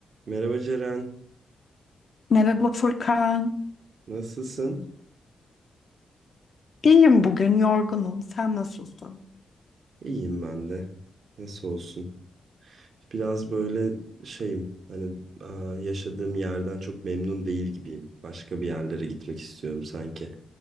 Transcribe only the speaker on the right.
Merhaba Ceren,
nasılsın?
İyiyim ben de. Nasıl olsun? Biraz böyle şeyim, hani aa, yaşadığım yerden çok memnun değil gibiyim. Başka bir yerlere gitmek istiyorum sanki.